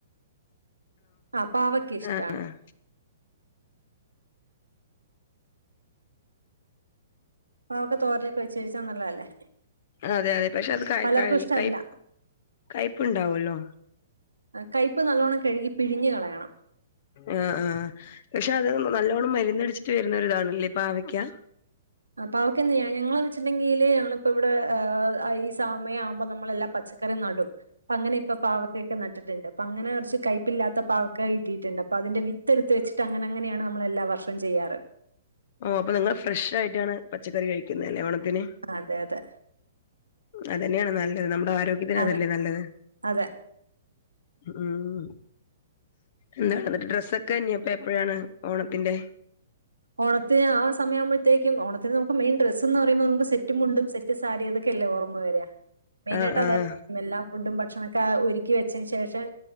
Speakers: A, on the right; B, on the left.
A: ആഹ് പാവക്ക ഇഷ്ടാണ്.
B: ആഹ് ആഹ്
A: പാവക്ക തോരനൊക്കെ വെച്ച് കഴിച്ചാ നല്ലതല്ലേ
B: അതെ അതെ. പക്ഷെ അത് ക
A: പലർക്കും
B: കഴി
A: ഇഷ്ടല്ല
B: കയ് കയ്പ്പുണ്ടാവൂല്ലോ
A: കൈപ്പ് നല്ലോണം കഴുകി പിഴിഞ്ഞു കളയണം.
B: ആഹ് ആഹ് പക്ഷെ അത് നല്ലോണ്ണം മരന്നടിച്ചിട്ട് വരുന്ന ഒരിതാണല്ലേ പാവയ്ക്ക
A: പാവയ്ക്കെന്ത് ചെയ്യാന്നാ ഞങ്ങളത് വെച്ചിട്ടണ്ടെങ്കില് ഞങ്ങളിപ്പോ ഇവിടെ ഈ സമം ആവുമ്പോ നമ്മളെല്ലാ പച്ചക്ക ക്കറി നടും. അപ്പ അങ്ങനെ ഇപ്പ പാവക്കൊക്കെ നട്ട്ട്ട് ഇണ്ട് അപ്പ അങ്ങനെ കൊറച്ച് കൈപ്പ് ഇല്ലാത്ത പാവക്ക കിട്ടിട്ട് ഇണ്ട് അപ്പ അതിന്റെ വി ത്ത് ഇട്ത്ത് വെച്ചിട്ട് അങ്ങനെ അങ്ങനെ ആണ് നമ്മൾ എല്ലാ വർഷും ചെയ്യാറ്
B: ഉം അപ്പ നിങ്ങൾ ഫ്രഷയിട്ടാണ് പച്ചക്കറി കഴിക്കുന്നെലെ ഓണത്തിന്
A: അതെ അതെ
B: അതെന്നെയാണ് നല്ലത് നമ്മുടെ ആരോഗ്യത്തിന്
A: അതെ
B: അത് അല്ലെ നല്ലത്
A: അതെ
B: ഉം എന്താണ് ഇന്നെട്ട് ഡ്രസ്സൊക്കെ ഇഞ്ഞ് ഇപ്പം എപ്പഴാണ് ഓണത്തിന്റെ
A: ഓണത്തിന് ആ സമയം ആവുമ്പഴ്ത്തേക്കും ഓണത്തിന് നമുക്ക് മൈൻ ഡ്രെസ് എന്ന് പറിയുമ്പോ നമുക്ക് സെറ്റും മുണ്ടും സെ റ്റ് സാരി അതൊക്കെ അല്ലെ ഓർമ്മ വെരാ മെയിനായിട്ട്
B: ആഹ് ആഹ്
A: അത് എല്ലാം ഫുഡും ഭക്ഷണം ഒ ക്കാ ഒര്ക്കി വെച്ചയിന് ശേഷം